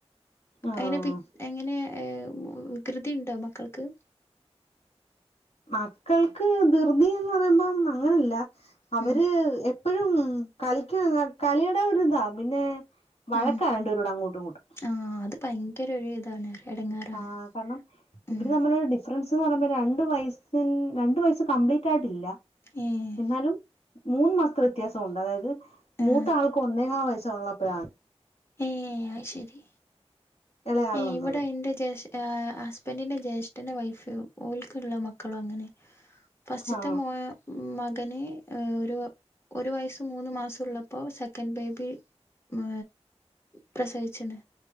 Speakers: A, on the left (about 65°); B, on the left (about 25°).
A: ആഹ്
B: അങ്ങനെ പി എങ്ങനെ ഏ കൃതി ഉണ്ടോ മക്കൾക്ക്
A: മക്കൾക്ക് ധ്യതിന്ന് പറയുമ്പം അങ്ങനല്ല അവര്
B: ഉം
A: ഇപ്പഴും കളിക്ക കളിയുടെ ഒര് ഇതാ പിന്നെ വഴക്കാ
B: ഉം
A: രണ്ട് പേരുടെ അങ്ങോട്ടും ഇങ്ങോട്ടും
B: ആഹ് അത് ഭയങ്കര ഒരു ഇതാണ് എടങ്ങേറാണ്
A: ആഹ് കാരണം
B: ഉം
A: ഇവര് തമ്മിലൊരു ഡിഫറൻസ് പറയുമ്പോ രണ്ട് വയ രണ്ടു വയസ് കംപ്ലീറ്റ് ആയിട്ടില്ല
B: ഏഹ്
A: എന്നാലും മൂന്ന് മാസത്തെ വ്യത്യാസൊണ്ട് അതായത്
B: ആഹ്
A: മൂത്ത ആൾക്ക് ഒന്നേ കാ വയസുള്ളപ്പോഴാ
B: ഏഹ് അയ്ശരി
A: ഇളയാള്
B: ഏഹ്
A: വന്നത്
B: ഇവിടെ എൻ്റെ ജേഷ് ആഹ് ഹസ്ബൻഡിന്റെ ജ്യേഷ്ഠന്റെ വൈഫ് ഓല്ക്ക്ള്ള മക്കളും അങ്ങനെ ഫസ്റ്റിത്തെ
A: ആ
B: മോ മകന് ഒരു ഒരു വയസ മൂന്ന് മാസൊള്ളപ്പോ സെക്കൻഡ് ബേബി ഉം പ്രസവിച്ച്ണ്